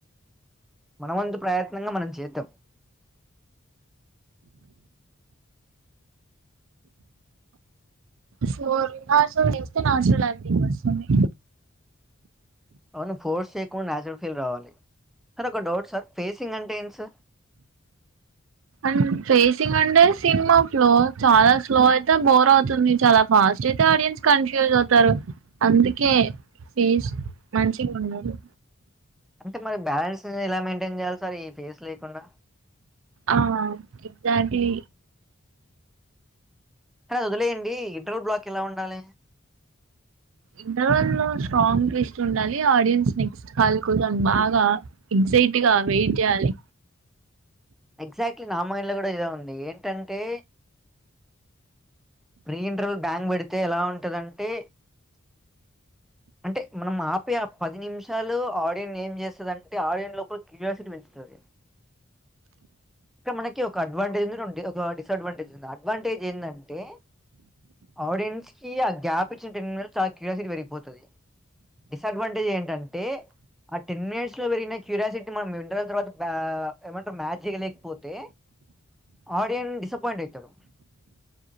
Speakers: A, in the centre; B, on the right.
A: మనవంతు ప్రయత్నంగా మనం చేద్దాం
B: సో నాచురల్ గా చేస్తే నాచురల్ యాక్టింగ్ వస్తుంది
A: అవును ఫోర్స్ చేయకుండా నాచురల్ ఫీల్ రావాలి సార్ ఒక డౌట్ సార్ ఫేసింగ్ అంటే ఏంటి సార్
B: అం ఫేసింగ్ అంటే సినిమా ఫ్లో చాలా స్లో అయితే బోర్ అవుతుంది చాలా ఫా స్ట్ అయితే ఆడియన్స్ కన్ఫ్యూజ్ అవుతారు అందుకే ఫేస్ మంచిగుండాలి
A: అంటే మరి బ్యాలెన్స్ ఎలా మెయింటైన్ చేయాలి సార్ ఈ ఫేస్ లేకుండా?
B: ఆ ఎగ్జాక్ట్లీ
A: కాదు వదిలేయండి ఇంటర్వ్యూ బ్లాక్ ఎలా ఉండాలి
B: ఇంటర్వెల్ లో స్ట్రాంగ్ ట్విస్ట్ ఉండాలి ఆడియన్స్ నెక్స్ట్ హాల్ కూడా బాగా ఎగ్జైట్ గా వెయిట్ చేయాలి
A: ఎగ్జాక్ట్లీ నా మైండ్లో కూడా ఇదే ఉంది ఏంటంటే రీ ఇంటర్వ్యూ బ్యాంగ్ పెడితే ఎలా ఉంటదంటే అంటే మనం ఆపే ఆ పది నిమిషాలు ఆడియన్‌ని ఏం చేస్తాదంటే ఆడియన్ లోపల క్యూరియాసిటీ పెంచు తాది ఇక్క మనకి ఒక అడ్వాంటేజ్ ఉంది రెం ఒక డిసడ్వాంటేజ్ ఉంది అడ్వాంటేజ్ ఏంటంటే ఆడియన్స్ కి ఆ గ్యాప్ ఇచ్చిన టెన్ మినిట్స్ చాలా క్యూరియాసిటీ పెరిగిపోతాది డిసడ్వాంటేజ్ ఏంటంటే ఆ టెన్ మినిట్స్ లో పెరిగిన క్యూరియాసిటీ మనం ఇంటర్వెల్ తర్వాత ఏమంటారు మ్యాచ్ చేయలేకపోతే ఆడియన్ డిసప్పయింట్ అయితాడు